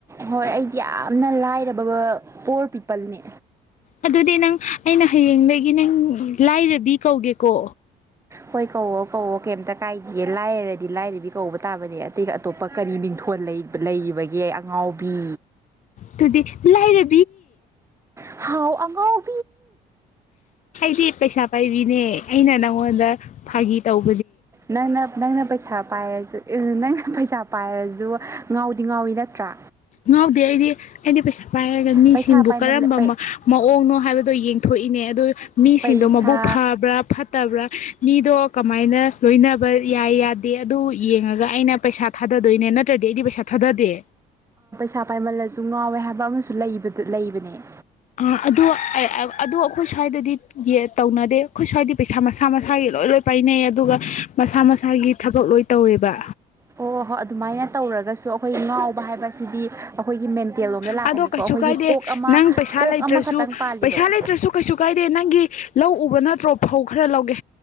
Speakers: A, on the right; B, on the left.
A: ꯍꯣꯏ ꯑꯩꯗꯤ ꯌꯥꯝꯅ ꯂꯥꯏꯔꯕ ꯄꯣꯔ ꯄꯤꯄꯜꯅꯦ
B: ꯑꯗꯨꯗꯤ ꯅꯪ ꯑꯩꯅ ꯍꯌꯦꯡꯗꯒꯤ ꯅꯪ ꯂꯥꯏꯔꯕꯤ ꯀꯧꯒꯦꯀꯣ
A: ꯍꯣꯏ ꯀꯧꯣ ꯀꯧꯣ ꯀꯩꯝꯇ ꯀꯥꯏꯗꯌꯦ ꯂꯥꯏꯔꯗꯤ ꯂꯥꯏꯔꯤꯕ ꯀꯧꯕ ꯇꯥꯕꯅꯦ ꯑꯇꯩ ꯑꯇꯣꯞꯄ ꯀꯔꯤ ꯃꯤꯡꯊꯣꯜ ꯂꯩꯔꯤꯕꯒꯦ ꯑꯉꯥꯎꯕꯤ
B: ꯗꯨꯗꯤ ꯂꯩꯥꯏꯔ
A: ꯍꯥꯎ ꯑꯃꯉꯧ
B: ꯄꯩꯁꯥ ꯄꯥꯏꯕꯤꯅꯦ ꯑꯩꯅ ꯅꯪꯉꯣꯟꯗ ꯐꯥꯒꯤ ꯇꯧ
A: ꯅꯪꯅ ꯅꯪꯅ ꯄꯩꯁꯥ ꯄꯥꯏꯔꯁꯨ ꯅꯪꯅ ꯄꯩꯁꯥ ꯄꯥꯏꯔꯁꯨ ꯉꯥꯎꯗꯤ ꯉꯥꯎꯋꯤ ꯅꯠꯇ꯭ꯔꯥ
B: ꯉꯥꯎꯗ ꯑꯩꯗꯤ ꯑꯦꯗꯤ ꯄꯩꯁꯥ ꯄꯥꯏꯔꯒ ꯃꯤꯁꯤꯡꯕꯨ
A: ꯄꯩꯁꯥ ꯄꯥꯏꯃꯜ
B: ꯀꯔꯝꯕ ꯃꯑꯣꯡꯅꯣ ꯍꯥꯏꯕꯗꯣ ꯌꯦꯡꯊꯣꯛꯏꯅꯦ ꯑꯗꯨ ꯃꯤꯁꯤꯡꯗꯣ
A: ꯄꯩꯁꯥ
B: ꯃꯕꯨꯛ ꯐꯠ ꯐꯕ꯭ꯔꯥ ꯐꯠꯇꯕ꯭ꯔꯥ ꯃꯤꯗꯣ ꯀꯃꯥꯏꯅ ꯂꯣꯏꯅꯕ ꯌꯥꯏ ꯌꯥꯗꯦ ꯑꯗꯨ ꯌꯦꯡꯉꯒ ꯑꯩꯅ ꯄꯩꯁꯥ ꯊꯥꯗꯗꯣꯏꯅꯦ ꯅꯠꯇ꯭ꯔꯗꯤ ꯑꯩꯗꯤ ꯄꯩꯁꯥ ꯊꯥꯗꯗꯦ
A: ꯏꯁꯩꯥ ꯄꯥꯏꯃꯜꯂꯁꯨ ꯉꯥꯎꯋꯦ ꯍꯥꯏꯕ ꯑꯃꯁꯨ ꯂꯩꯕꯗ ꯂꯩꯕꯅꯦ
B: ꯑ ꯑꯗꯣ ꯑꯗꯣ ꯑꯩꯈꯣꯏ ꯁ꯭ꯋꯥꯏꯗꯗꯤ ꯇꯧꯅꯗꯦ ꯑꯩꯈꯣꯏ ꯁ꯭ꯋꯥꯏꯗꯤ ꯄꯩꯁꯥ ꯃꯁꯥ ꯃꯁꯥꯒꯤ ꯂꯣꯏ ꯂꯣꯏ ꯄꯥꯏꯅꯩ ꯑꯗꯨꯒ ꯃꯁꯥ ꯃꯁꯥꯒꯤ ꯊꯕꯛ ꯂꯣꯏ ꯇꯧꯋꯦꯕ
A: ꯑꯣ ꯍꯣꯏ ꯑꯗꯨꯃꯥꯏꯅ ꯇꯧꯔꯒꯁꯨ ꯑꯩꯈꯣꯏꯒꯤ ꯉꯥꯎꯕ ꯍꯥꯏꯕꯁꯤꯗꯤ ꯑꯩꯈꯣꯏꯒꯤ ꯃꯦꯟꯇꯦꯜ ꯂꯣꯝꯗ ꯂꯥꯛꯀꯅꯤꯀꯣ
B: ꯑꯗꯣ ꯀꯩꯁꯨ
A: ꯑꯩꯈꯣꯏꯒꯤ
B: ꯀꯥꯏꯗꯦ
A: ꯀꯣꯛ ꯑꯃ
B: ꯅꯪ ꯄꯩꯁꯥ
A: ꯀꯣꯛ
B: ꯂꯩꯇ꯭ꯔꯁꯨ
A: ꯑꯃꯈꯛꯇꯪ ꯄꯥꯜꯂꯤꯗꯣ
B: ꯄꯩꯁꯥ ꯂꯩꯇ꯭ꯔꯁꯨ ꯀꯩꯁꯨ ꯀꯥꯏꯗꯦ ꯅꯪꯒꯤ ꯂꯧ ꯎꯕ ꯅꯠꯇ꯭ꯔꯣ ꯐꯧ ꯈꯔ ꯂꯧꯒꯦ